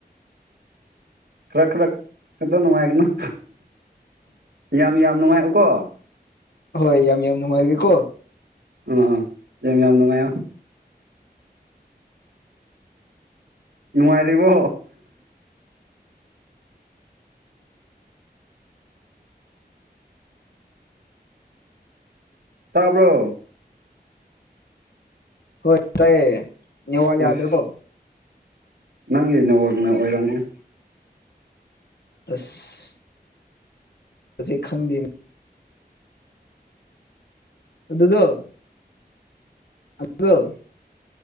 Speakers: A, on the right; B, on the left.
A: ꯈꯔ ꯈꯔꯛ ꯈꯇ ꯅꯨꯉꯥꯏꯒꯅ‌ꯣ ꯌꯥꯝ ꯌꯥꯝ ꯅꯨꯉꯥꯏꯑ‌ꯣꯀꯣ
B: ꯍꯣꯏ ꯌꯥꯝ ꯌꯥꯝ ꯅꯨꯡꯉꯥꯏꯒꯦꯀꯣ
A: ꯑꯥ ꯑꯥ ꯌꯥꯝ ꯌꯥꯝ ꯅꯨꯡꯉꯥꯏꯌꯣ ꯅꯨꯡꯉꯥꯏꯔꯤꯕꯣ ꯇꯥꯕ꯭ꯔꯣ
B: ꯍꯣꯏ ꯇꯥꯏꯌꯦ ꯅꯦꯋꯥꯛ ꯌꯥꯗ꯭ꯔꯕꯣ
A: ꯑꯁ ꯅꯪꯒꯤ ꯅꯦꯋꯥꯛꯅ ꯑꯣꯏꯔꯝꯒꯅꯤ
B: ꯑꯁ ꯍꯨꯖꯤꯛ ꯈꯪꯗꯦ ꯑꯗꯨꯗꯣ ꯑꯗꯨꯗꯣ